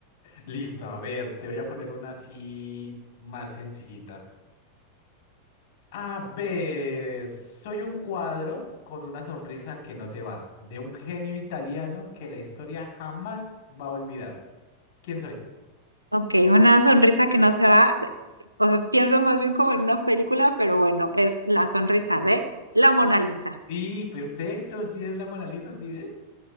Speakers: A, on the left; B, on the right.
A: Listo, a ver, te voy a poner una así más sencillita. A ver, soy un cuadro con una sonrisa que no se va, de un genio italiano que la historia jamás va a olvidar. ¿Quién soy?
B: Ok, una sonrisa que no se va. O sea, pienso más bien como en una película, pero bueno, es la sonrisa de la Mona Lisa.
A: Y perfecto, si es la Mona Lisa, ¿sí ves?